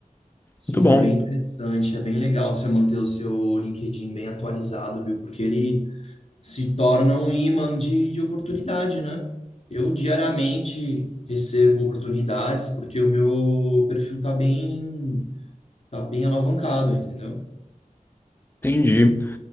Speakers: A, on the left; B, on the left.
A: Sim,
B: Muito bom.
A: é bem interessante, é bem legal você manter o seu LinkedIn bem atualizado, viu? Porque ele se torna um imã de, de oportunidade, né? Eu diariamente recebo oportunidades porque o meu perfil tá bem, tá bem alavancado, entendeu?
B: Entendi.